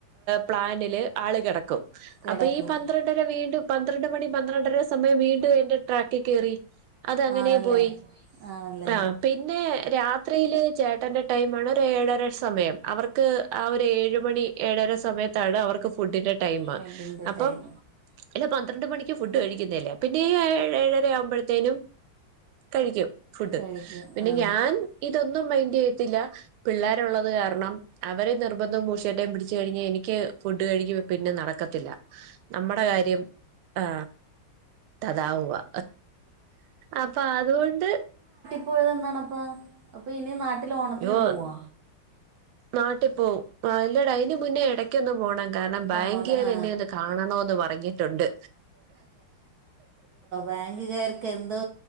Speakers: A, on the right; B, on the right.
A: പ്ലാനില് ആള് കിടക്കും.
B: കിടക്കും
A: അപ്പൊ ഈ പന്ത്രണ്ടര വീണ്ടും പന്ത്രണ്ട് മണി പന്ത്രണ്ടര സമയം വീണ്ടും എന്റെ ട്രാക്കിൽ കയറി. അതങ്ങനെ
B: ആണല്ലേ
A: പോയി
B: ആണല്ലേ
A: ആ പിന്നെ രാത് രാ ത്രിൽ ചേട്ടന്റെ ടൈം ആണ് ഒര് ഏഴര സമയം അവർക്ക് ആ ഒരു ഏഴു മണി ഏഴര സമയത്താണ് അവർക്ക് ഫുഡിന്റെ ടൈം ടൈം
B: ഫുഡിൻ്റെ
A: അപ്പൊ
B: ടൈം
A: ഇത്‌ പന്ത്രണ്ട് മണിക്ക് ഫുഡ് കഴിക്കുന്നില്ലേ പിന്നെ ഈ ഏ ഏഴര ആവുമ്പോഴത്തേനും കഴിക്കും. ഫുഡ്
B: കഴിക്കും
A: പിന്നെ
B: ആ
A: ഞാൻ ഇതൊന്നും മൈൻഡ് ചെയ്യ തില്ല പിള്ളേരുള്ളത് കാരണം അവരെ നിർബന്ധം മൂശേട്ടം പിടിച്ച് കഴിഞ്ഞ എനിക്ക്ഫുഡ്‌ ഫുഡ്‌ കഴിക്കുമ്പോപിന്നെ നടക്കത്തില്ല നമ്മടെ കാര്യം ആ തതാഹുവാ അപ്പൊ അതുകൊണ്ട്
B: എപ്പോഴതണപ്പം അപ്പ ഇനി നാട്ടില് ഓണത്തിന്
A: യ്യോ
B: പോവോ
A: നാട്ടിൽ പോവുംആ അല്ലട അയിന് മുന്നേ ഇടയ്ക്കൊന്ന് പോണ കാരണം ബാങ്ക്കാർ
B: പോണോല്ലേ ആ
A: എന്നെ ഒന്ന് കാണണോന്ന് പറഞ്ഞിട്ടുണ്ട്
B: ബാങ്ക്കാർക്ക് എന്തോ